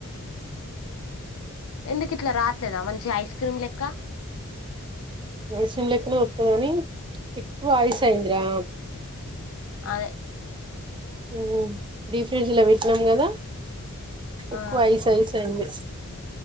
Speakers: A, on the left; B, on the right.
A: ఎందుకు ఇట్లా రావట్లేదా మంచి ఐస్ క్రీమ్ లెక్క
B: ఐస్ క్రీమ్ లెక్కనే వస్తది గానీ ఎక్కువ ఐస్ అయ్యింది రా
A: అయ్
B: యు డీప్ ఫ్రిడ్జ్ లో పెట్టినాం కదా ఎక్కువ
A: ఆ
B: ఐస్ ఐస్ అయింది